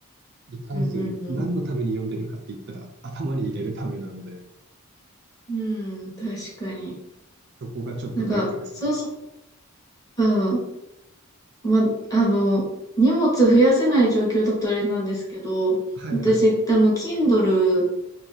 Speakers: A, on the right; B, on the left.
A: いかんせん何のために読んでるかって言ったら頭に入れるためなので、
B: うんうんうん。うん、確かに。
A: そこがちょっとネックですね。
B: なんか、そうそう、うんま、あの、荷物増やせない状況だとあれなんですけど、
A: はいはい。
B: 私、あの、Kindle